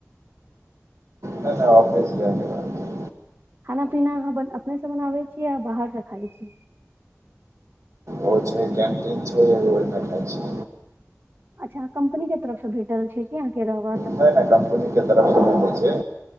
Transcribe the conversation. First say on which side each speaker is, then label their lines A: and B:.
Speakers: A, on the right; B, on the right.
A: नै-नै ऑफिस जाइ के रहै छै।
B: खाना-पीना अहाँ बन अपने स बनाबै छी या बाहर स खाइ छी?
A: ओ छै कैंटीन छै ओय में खाइ छी।
B: अच्छा कम्पनी के तरफ सँ भेटल छै? कि अहाँ के रहब?
A: नै-नै कम्पनी के तरफ सँ नै होइ छै,